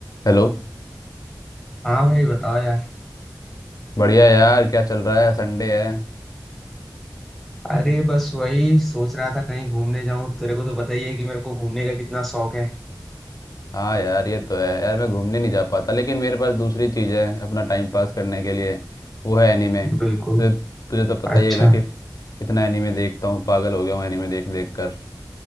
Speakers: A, on the left; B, in the centre.
A: Hello
B: हाँ भाई बताओ यार
A: बढ़िया यार क्या चल रहा है संडे है
B: अरे बस वही सोच रहा था कहीं घूमने जाऊं तेरे को तो पता ही है कि मेरे को घूमने का कितना शौक है
A: हाँ यार ये तो है यार मैं घूमने नहीं जा पाता लेकिन मेरे पास दूसरी चीज़ है अपना टाइम पास करने के लिए वो है एनीमे
B: बिल्कुल
A: तुझे तुझे तो पता
B: अच्छा
A: ही है मैं कि, कितना एनीमे देखता हूँ पागल हो गया हूँ एनीमे देख देख कर